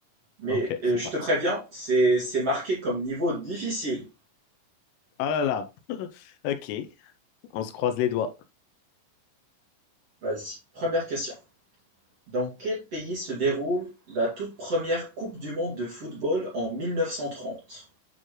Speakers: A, on the right; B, on the left.
A: Mais
B: Ok, c'est
A: euh, je
B: parti.
A: te préviens, c'est c'est marqué comme niveau difficile.
B: Ah là là, ok, on se croise les doigts.
A: Vas-y. Première question. Dans quel pays se déroule la toute première Coupe du monde de football en mille neuf cent trente